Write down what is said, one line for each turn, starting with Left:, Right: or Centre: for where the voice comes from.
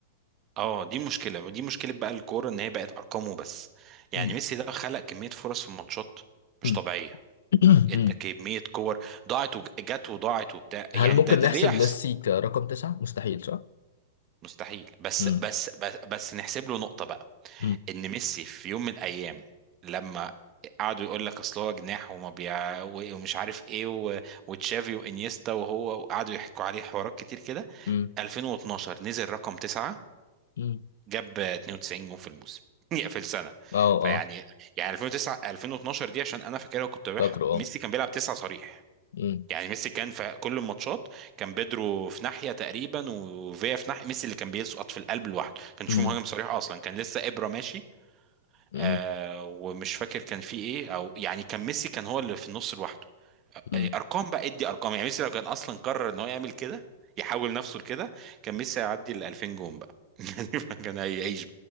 Right: اه دي مشكلة ودي مشكلة بقى الكورة ان هي بقت ارقامه بس يعني
Left: مم.
Right: ميسي ده خلق كمية فرص في الماتشات مش
Left: مم.
Right: طبيعية
Left: <clears throat>
Right: ادى
Left: مم.
Right: كمية كور ضاعت وجت وضاعت وبتاع يعني
Left: هل ممكن
Right: ده ده
Left: نحسب
Right: ليه يحصل
Left: ميسي كرقم تسعة؟ مستحيل صح؟
Right: مستحيل بس
Left: مم.
Right: بس بس, بس نحسب له نقطة بقى
Left: مم.
Right: ان ميسي في يوم من الايام لما قعدوا يقول لك اصل هو جناح وما بيع و- ومش عارف ايه و... وتشافي وانيستا وهو وقعدوا يحكوا عليه حوارات كتير كده
Left: مم.
Right: 2012 نزل رقم تسعة
Left: مم.
Right: جاب 92 جون في الموسم <laughs> يا في السنة
Left: اه
Right: فيعني
Left: اه
Right: يعني 2009 2012 دي عشان انا فاكرها كنت بح...
Left: فاكره اه
Right: ميسي كان بيلعب تسعة صريح
Left: مم.
Right: يعني ميسي كان في كل الماتشات كان بيدرو في ناحيه تقريبا وفيا في ناحيه ميسي اللي كان بيسقط في القلب لوحده كان شوف
Left: مم.
Right: مهاجم صريح اصلا كان لسه ابره ماشي
Left: مم.
Right: آه ومش فاكر كان في ايه او يعني كان ميسي كان هو اللي في النص لوحده
Left: مم.
Right: آه، ارقام بقى ادي ارقام يعني ميسي لو كان اصلا قرر ان هو يعمل كده يحول نفسه لكده كان ميسي هيعدي ال 2000 جون بقى <laughs> يعني كان هيعيش